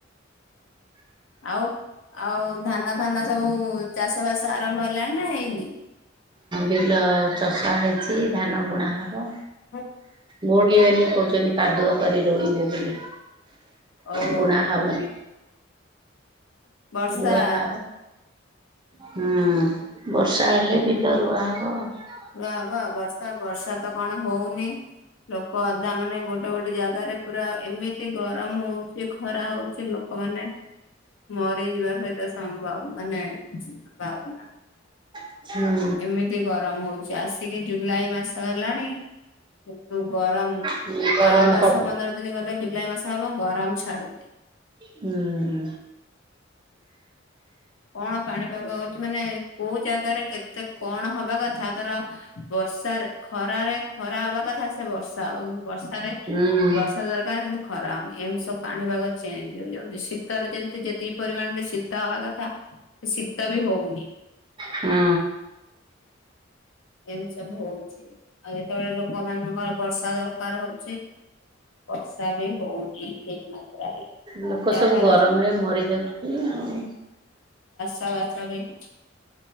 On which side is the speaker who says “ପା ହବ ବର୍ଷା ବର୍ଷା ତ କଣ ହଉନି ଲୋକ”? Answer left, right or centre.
Left